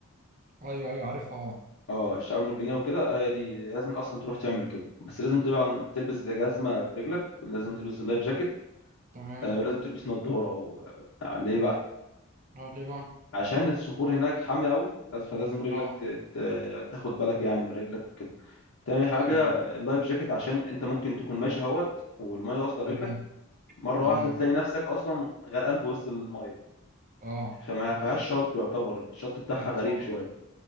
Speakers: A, on the right; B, on the left.
A: ايوه ايوه عارفها اه
B: اه الشعاب المرجانيه وكده هي دي لازم اصلا تروح تعمل كده بس لازم طبعا تلبس جزمه في رجلك ولازم تلبس اللايف جاكيت
A: تمام
B: آه، ولازم تلبس نظاره و... آه، ليه بقى
A: اه ليه بقى
B: عشان الصخور هناك حاميه قوي لازم فلازم رجلك
A: اه
B: ت... ت... يعني تاخد بالك يعني من رجلك وكده تاني حاجه
A: ايوه
B: اللايف جاكيت عشان انت ممكن تكون ماشي اهوت والميه واصله لرجلك
A: تمام
B: مره
A: تمام
B: واحده تلاقي نفسك اصلا غرقان في وسط الميه
A: اه
B: فما فيهاش شط يعتبر الشط بتاعها
A: بالظبط
B: غريب شويه